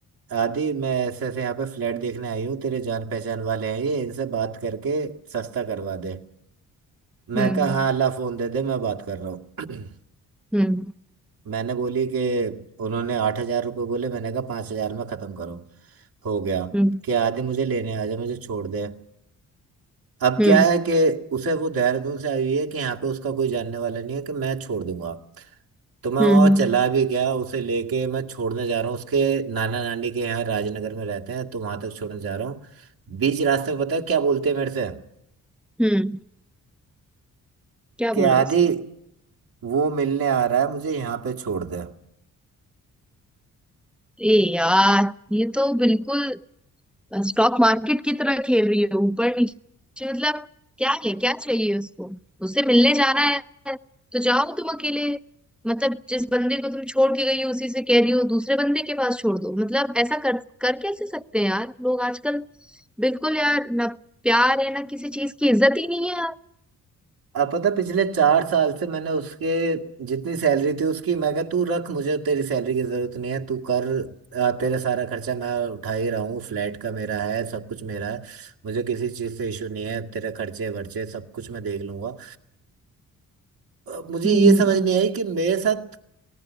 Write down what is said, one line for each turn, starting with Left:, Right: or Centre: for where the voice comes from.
Right: आदि मैं ऐसे ऐसे यहाँ पे फ्लैट देखने आई हूँ तेरे जान पहचान वाले हैं ये इनसे बात करके सस्ता करवा दे मैं
Centre: हम्म
Right: कहा हाँ अल्लाह फोन दे दे मैं बात कर रहा हूँ <clears throat>
Centre: हम्म
Right: मैंने बोली कि उन्होंने आठ हजार रुपये बोले मैंने कहा पाँच हजार में ख़त्म करो हो गया
Centre: हम्म हम्म हम्म
Right: कि आदि मुझे लेने आ जा मुझे छोड़ दे अब
Centre: हम्म
Right: क्या है कि उसे वो देहरादून से आई हुई है कि यहाँ पे उसका कोई जानने वाला नहीं है कि मैं छोड़ दूंगा तो मैं
Centre: हम्म,
Right: वहाँ
Centre: हम्म,
Right: चला भी गया उसे लेके मैं छोड़ने जा रहा हूँ उसके नाना नानी के यहाँ राजनगर में रहते हैं तो वहां तक छोड़ने जा रहा हूँ बीच रास्ते में पता है क्या बोलते हैं मेरे से
Centre: हम्म, क्या
Right: कि
Centre: बोला
Right: आदि
Centre: उसने
Right: वो मिलने आ रहा है मुझे यहाँ पे छोड़ दे
Centre: ए यार ये तो बिल्कुल स्टॉक मार्केट की तरह खेल रही है ऊपर नीचे मतलब क्या है क्या चाहिए उसको उससे मिलने जाना है तो जाओ तुम अकेले मतलब जिस बंदे को तुम छोड़ के गई हो उसी से कह रही हो दूसरे बंदे के पास छोड़ दो मतलब ऐसा कर कर कैसे सकते हैं यार लोग आजकल बिल्कुल यार ना प्यार है ना किसी चीज की इज्जत ही नहीं है यार
Right: अब पता है, पिछले चार साल से मैंने उसके जितनी सैलरी थी उसकी मैं कहा तू रख मुझे तेरी सैलरी की जरूरत नहीं है तू कर आ, तेरा सारा खर्चा मैं उठा ही रहा हूँ फ्लैट का मेरा है सब कुछ मेरा है मुझे किसी चीज़ से इशू नहीं है तेरे खर्चे वर्चे सब कुछ मैं देख लूंगा अ, मुझे
Centre: हम्म।
Right: ये समझ नहीं आई कि मेरे साथ